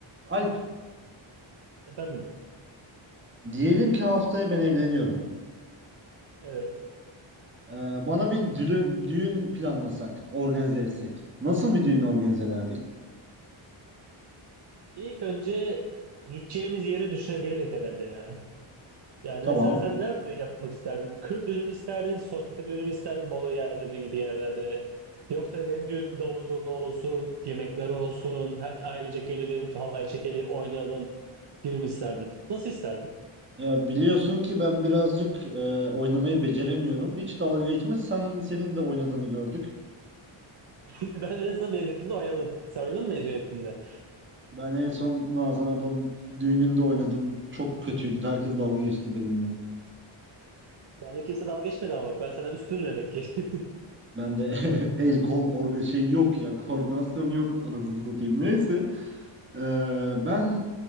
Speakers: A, on the right; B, on the right.
A: Alp,
B: Efendim,
A: diyelim ki haftaya ben evleniyorum.
B: evet.
A: Ee, bana bir dülü- düğün planlasak, organize etsek. Nasıl bir düğün organize ederdik?
B: İlk önce gideceğimiz yeri düşünebilirdik herhalde ya. Yani
A: Tamam.
B: mesela sen nerede yapmak isterdin? Kır düğünü mü isterdin, sosyete düğünü mü isterdin, balo yerleri gibi yerlerde? Yoksa benim düğünüm davul zurna olsun, yemekler olsun, ha- ailecek gelelim, halay çekelim, oynayalım gibi mi isterdin? Nasıl isterdin?
A: Ya biliyorsun ki ben birazcık e, oynamayı beceremiyorum. Hiç dalga geçmez. Sen senin de oynadığını gördük.
B: <laughs> Ben en azından mezuniyetinde oynadım. Sen oynadın mı mezuniyetinde?
A: Ben en son Nazan ablanın düğününde oynadım. Çok kötüydü. Herkes dalga geçti benimle.
B: Bende kimse dalga geçmedi ama bak ben senden üstünüm demek ki. <laughs>
A: Ben de <laughs> el kol orga şey yok ya. Koordinasyon yok anasını satayım. Neyse. Ee, ben